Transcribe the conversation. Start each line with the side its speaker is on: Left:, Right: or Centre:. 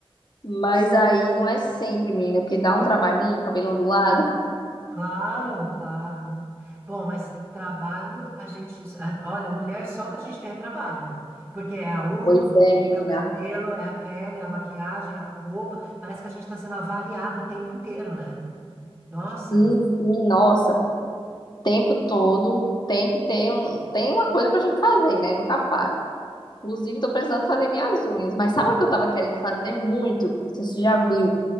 Left: Mas aí não é sempre, menina, porque dá um trabalhinho, cabelo ondulado.
Right: Claro, claro. Bom, mas trabalho, a gente... a- Olha, mulher, só o que a gente tem é trabalho, né? Porque é a unha,
Left: Pois é, menina.
Right: é o cabelo, é a pele, é a maquiagem, é a roupa. Parece que a gente tá sendo avaliado o tempo inteiro, né? Nossa.
Left: Sim, sim, nossa. Tempo todo tem que ter um, tem uma coisa pra gente fazer, né? Nunca para. Inclusive, tô precisando fazer minhas unhas. Mas sabe o que eu tava querendo fazer muito? Não sei se Você já viu? Não